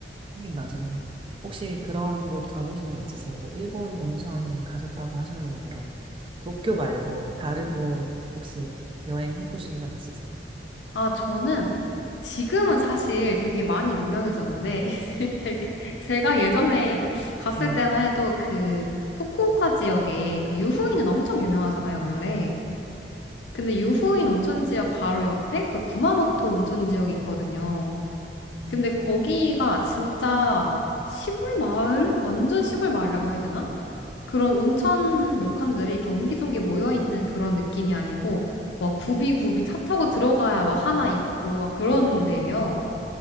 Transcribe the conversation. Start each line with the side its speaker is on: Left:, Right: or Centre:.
Right: 하긴 맞아요. 혹시 그런 곳 가보신 적 있으세요? 뭐 일본 온천 가셨다고 하셨는데 그럼 도쿄 말고 다른
Left: 네.
Right: 곳 혹시 여행해 보신 적 있으세요?
Left: 아, 저는 지금은 사실 되게 많이 유명해졌는데, <laughs> 되게, 제가 예전에 갔을
Right: 음.
Left: 때만 해도 그 후쿠오카 지역에 그 유후인은 엄청 유명하잖아요, 원래. 근데 유후인 온천 지역 바로 옆에 그 구마모토 온천 지역이 있거든요.
Right: 음.
Left: 근데 거기가 진짜 시골 마을? 완전 시골 마을이라고 해야 되나? 그런 온천 료칸들이 이렇게 옹기종기 모여있는 그런 느낌이 아니고, 막 굽이굽이 차 타고 들어가야 막 하나 있고, 막 그런 데예요.